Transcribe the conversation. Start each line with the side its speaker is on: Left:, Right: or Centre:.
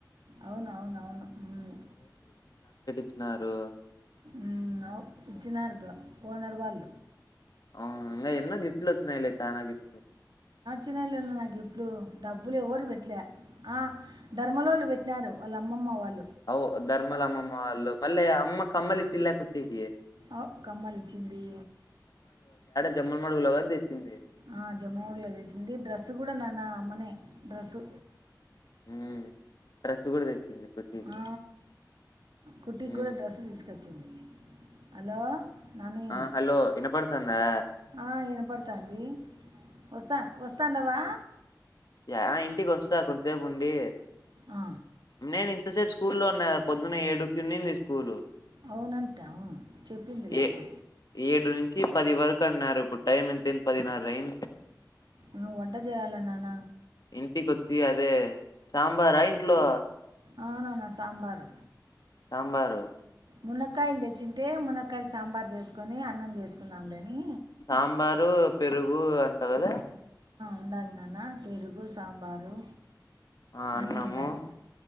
Right: అవును అవును అవును ఉమ్.
Left: న్నారు
Right: ఉమ్ అవు ఇచ్చినారు బ ఓనర్ వాళ్
Left: అవును ఇంగ ఎన్నో గిఫట్ లు వచ్చినాయిలే చానా గిఫ్టులు.
Right: చ్చినాయి లే నాన్న గిఫ్ట్లూ డబ్బులు ఎవ్వరు పెట్లే. ఆ ధర్మలోళ్ళు పెట్నారు. వాళ్ల అమ్మమ్మ వాళ్
Left: అవు ధర్మలమ్మమ్మ వాళ్లకు. మళ్ళ అమ్మ కమ్మలు ఇచ్చింలే కుట్టింకి.
Right: ఆవ్ కమ్మలు ఇచ్చింది.
Left: జమ్మల్ మడుగులో కాదు తెచ్చింది.
Right: ఆ జమ్ముల మడుగులో తెచ్చింది డ్రస్సు కూడా నాన్న అమ్మనే డ్రస్సు.
Left: హుమ్ డ్రెస్ కూడా తెచ్చింది కుట్టికి
Right: ఆ, కుటీకి
Left: ఉమ్
Right: కూడా డ్రెస్ తీసుకొచ్చింది హలో నాని
Left: ఆ హలో వినపడుతుందా.
Right: ఆ వినపడుతాంది వస్తా వస్తా. అందవా.
Left: ఆహ్ ఇంటికి వస్తా కొంతసేపు ఉండి
Right: ఆ,
Left: నేను ఇంతసేపు స్కూల్ లో ఉన్నగదా పొద్దున్న ఏడుకు ఉన్నీంది స్కూల్.
Right: అవునంట అవును చెప్పిందిలేమ్మ.
Left: ఏ ఏడు నుంచి పది వరకు అన్నారు ఇప్పుడు టైం ఎంతేంది పదిన్నారు అయింది.
Right: ఆహ్ వంట చేయాలనాన్న.
Left: ఇంటికొతి అదే సాంబారా ఇంట్లో.
Right: అవునన్నా సాంబారు
Left: సాంబారు.
Right: మునకాయలు తెచ్చింటే మునక్కయల సాం. సాంబార్ చేసుకొని అన్నం చేసుకుందాంలే అని.
Left: సాంబారు పెరుగు అంటా కదా.
Right: ఉండాది నాన్న పెరుగు సాంబారు.
Left: ఆ
Right: అన్నీ
Left: అన్నము
Right: ఉండాయి